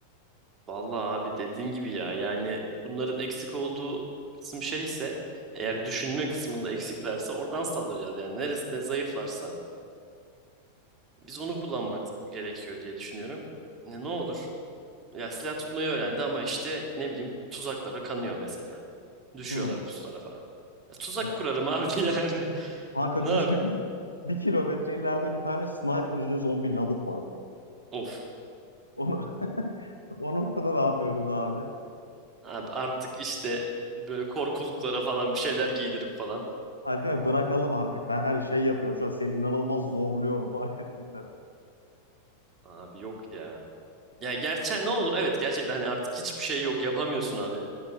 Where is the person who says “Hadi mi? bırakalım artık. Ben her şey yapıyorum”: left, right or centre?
Left